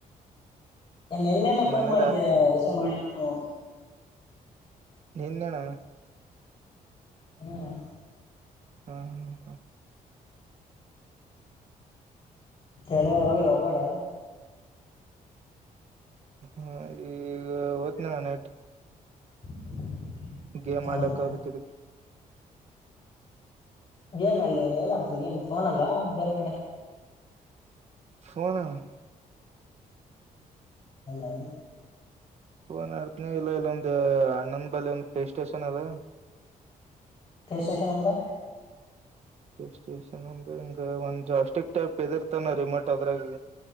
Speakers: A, on the left; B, on the right.
A: ಏ ನಿನ್ನೆನ್ನ ಫೋನ್
B: ಮನರ
A: ಮಾಡಿದ್ದೆ ರಿಸೀವ್ ಮಾಡಿಲ್ಲಲ್ಲೊ.
B: ನಿನ್ನಣ
A: ಹ್ಮ್
B: ಹಾ ಹಾ ಹಾ
A: ಎಲ್ಲೆಲ್ ಹೋಗಿಲ್ಲ ಹೊರಗಡೆ?
B: ಹಾ ಈಗ ಹೊತ್ನಿ ಅಣ್ಣಾ ನೈಟ್
A: <unintelligible>
B: ಗೇಮ್
A: ಹೌದಾ
B: ಆಡ್ಲಾಕ್ ಅದಕ್ ಇದಕ್ಕ
A: ಗೇಮ್ ಏಲ್ಲಿ ಏಲ್ಲ ಆಡ್ತೀರಿ ಗೇಮ್ ಫೋನ್ ಅಲ್ಲಾ ಬೇರೆ ಕಡೆ?
B: ಫೋನ್ ಅಣ್ಣಾ.
A: ಅಲ್ಲಾ
B: ಫೋನ್ ಆಡ್ತೇನು ಇಲ್ಲ ಇಲ್ಲೊಂದು ಅಣ್ಣಂದ ಬಲ್ಲಿ ಒಂದ್ ಪ್ಲೇ ಸ್ಟೇಷನ್ ಅದ
A: ಪೇ ಸ್ಟೇಷನ್ ಅಂದ್ರ
B: ಪ್ಲೇ ಸ್ಟೇಷನ್ ಅಂದ್ರ ಹಿಂಗ ಒಂದ್ ಅ ಸ್ಟಿಕ್ ಟೈಪ್ ಇದ ಇರ್ತದ ಅಣ್ಣಾ ರಿಮೋಟ್ ಅದ್ರಾಗೆ